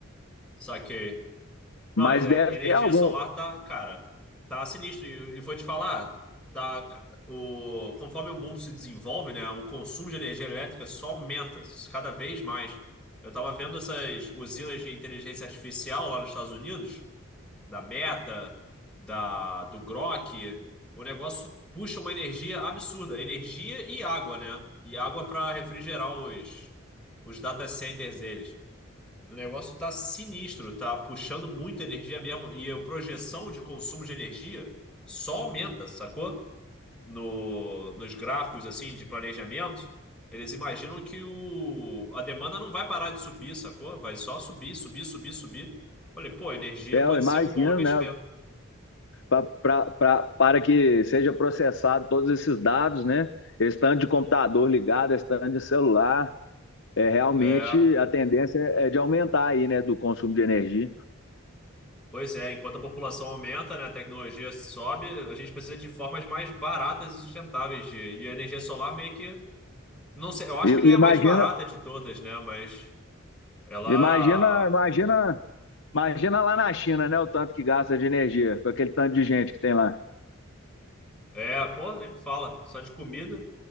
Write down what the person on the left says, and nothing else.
mas
deve
ter algum,
é
eu imagino,
né? Pra, pra, pra, para que seja processado todos esses dados, né? Esse tanto de computador ligado, esse tanto de celular, é, realmente
a tendência é é de aumentar aí, né? Do consumo de energia.
E,
e
imagina,
imagina, imagina, imagina lá na China, né? O tanto que gasta de energia, com aquele tanto de gente que tem lá.